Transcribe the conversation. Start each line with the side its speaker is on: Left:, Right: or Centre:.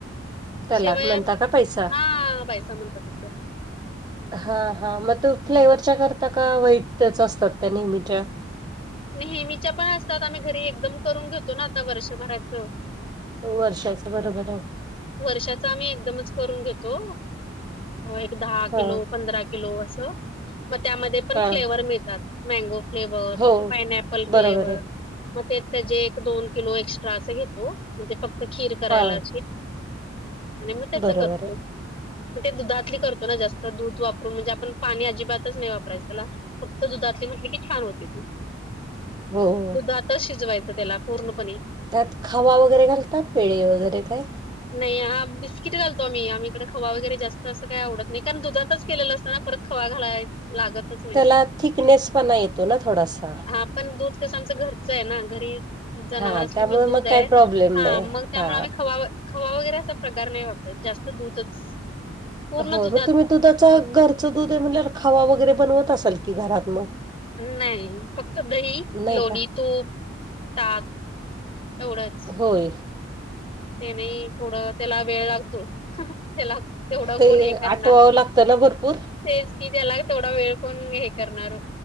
Right: त्याला
Left: शिवाय
Right: म्हणता का पैसा
Left: हा पैसा म्हणतात तिकड
Right: हा हा मग तू फ्लेवरच्या करता का व्हाईटच असतात त्या नेहमीच्या
Left: नेहमीच्या पण असतात आम्ही घरी एकदम करून घेतो ना आता वर्षभराचं
Right: वर्षाचं बरोबर आहे
Left: वर्षाचा आम्ही एकदमच करून घेतो एक दहा
Right: हा
Left: किलो पंधरा किलो अस मग त्यामध्ये पण
Right: हा
Left: फ्लेवर मिळतात मँगो फ्लेवर
Right: हो
Left: पाइनॅपल फ्लेवर
Right: बरोबर आहे
Left: मग ते त्याचे एक दोन किलो एक्स्ट्रा अस घेतो म्हणजे फक्त खीर करायला
Right: हा
Left: आणि मग त्याच
Right: बरोबर
Left: करतो
Right: आहे
Left: मग ते दुधातली करतो ना जास्त दूध वापरून म्हणजे आपण पाणी अजिबातच नाही वापरायचं त्याला फक्त दुधातले म्हटले की छान होते ती
Right: हो
Left: दुधातच शिजवायचं त्याला पूर्णपणे
Right: त्यात खावा वगैरे घालता पेळे वगैरे काय
Left: नाही हा बिस्किट घातो आम्ही आम्हीकडे खवा वगैरे जास्त असं काही आवडत नाही कारण दुधातच केलेलं असत ना परत खवा घालाय लागतच
Right: त्याला थिकनेस पण येतो ना थोडासा
Left: हा पण दूध कसं आमचं घरचं आहे ना घरी जनावर
Right: हा
Left: असल्यामुळे
Right: त्यामुळे
Left: दूध
Right: मग
Left: आहे
Right: काही प्रॉब्लेम
Left: हा
Right: नाही
Left: मग त्यामुळे
Right: हा
Left: आम्ही खवा खवा वगैरे असा प्रकार नाही वापरत जास्त दूधच पूर्ण
Right: हो
Left: दुधात
Right: मग तुम्ही दुधाचा घरचं दुध आहे म्हण खावा वगैरे बनवत असाल की घरात मग
Left: नाही फक्त दही
Right: नाही
Left: लोणी
Right: का
Left: तूप ताक एवढंच
Right: होय
Left: ते नाही तेवडं त्याला वेळ लागतो त्याला तेवढं
Right: ते
Left: कोण हे करणार
Right: आठवावं लागतं ना भरपूर
Left: तेच की त्याला तेथोडा वेळ कोण हे करणार